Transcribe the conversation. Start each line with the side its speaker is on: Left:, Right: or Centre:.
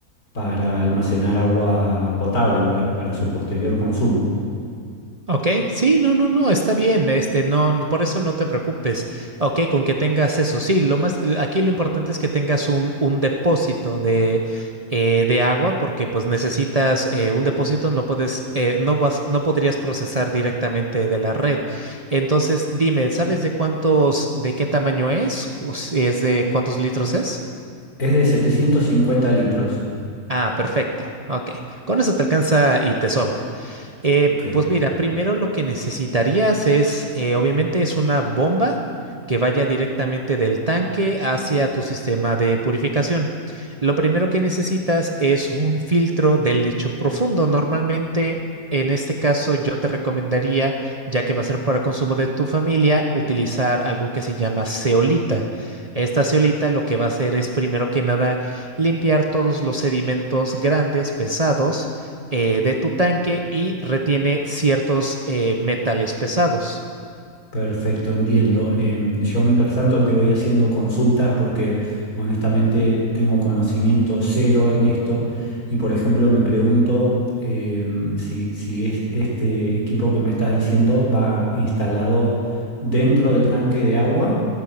Left: para almacenar agua potable para, para su posterior consumo.
Right: Ok, sí, no, no, no, está bien, este, no, no, por eso no te preocupes. Ok, con que tengas eso, sí, lo más, l- aquí lo importante es que tengas un, un depósito de, eh, de agua, porque pues necesitas eh, un depósito, no puedes, eh, no vas, no podrías procesar directamente de la red. Entonces, dime, ¿sabes de cuántos, de qué tamaño es? O si ¿Es de cuántos litros es?
Left: Es de 750 litros.
Right: Ah, perfecto. Ok. Con eso te alcanza y te sobra. Eh,
Left: Ok.
Right: pues mira, primero lo que necesitarías es, eh, obviamente es una bomba que vaya directamente del tanque hacia tu sistema de purificación. Lo primero que necesitas es un filtro de lecho profundo. Normalmente, en este caso, yo te recomendaría, ya que va a ser para consumo de tu familia, utilizar algo que se llama zeolita. Esta zeolita lo que va a hacer es primero que nada limpiar todos los sedimentos grandes, pesados, eh, de tu tanque y retiene ciertos eh, metales pesados.
Left: Perfecto, entiendo. Em, yo mientras tanto te voy haciendo consultas porque honestamente tengo conocimiento cero en esto y por ejemplo me pregunto em, si, si es este equipo que me estás diciendo va instalado dentro del tanque de agua